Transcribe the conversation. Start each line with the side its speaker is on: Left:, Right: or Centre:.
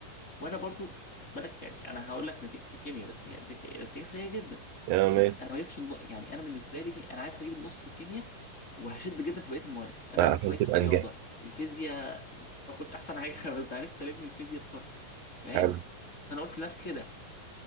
Left: وانا برضو خد بالك يعني انا هقول لك نتيجتي في الكيمياء بس هي نتيجتي نتيجة سيئه جدا
Right: يا
Left: بس
Right: مات
Left: انا ما جبتش الن- يعني انا بالنسبه لي انا عايز اجيب النص في الكيمياء وهشد جدا في بقيه المواد انا
Right: عشان
Left: كويس
Right: تبقى
Left: في الرياضه
Right: نجحت
Left: الفيزياء ما كنتش احسن حاجه <laughs> بس عرفت الم الفيزياء بسرعه فاهم
Right: حلو
Left: انا قلت لنفسي كده